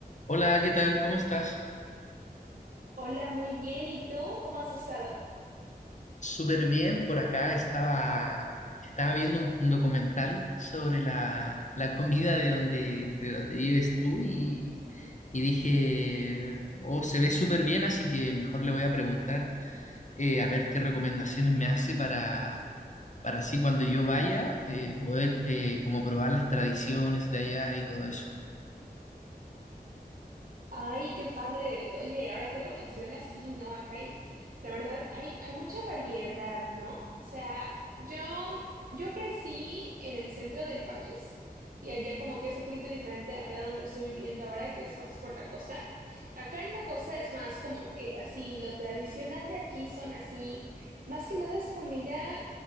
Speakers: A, on the left; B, on the right.
A: Hola, ¿qué tal? ¿Cómo estás?
B: Hola, muy bien. ¿Y tú? ¿Cómo has estado?
A: Súper bien. Por acá estaba, estaba viendo un, un documental sobre la, la comida de donde, de donde vives tú y, y dije, oh, se ve súper bien, así que mejor le voy a preguntar eh, a ver qué recomendaciones me hace para, para así cuando yo vaya eh, poder eh, como probar las tradiciones de allá y todo eso.
B: Ay, qué padre. Oye, ahora que lo mencionas, sí, ¿no? Acá hay, la verdad, hay, hay mucha variedad, ¿no? O sea, yo, yo crecí en el centro del país y allá como que es un poquito diferente acá donde estoy viviendo ahora, que es más por la costa. Acá en la costa es más como que así, lo tradicional de aquí son así, más que nada es comida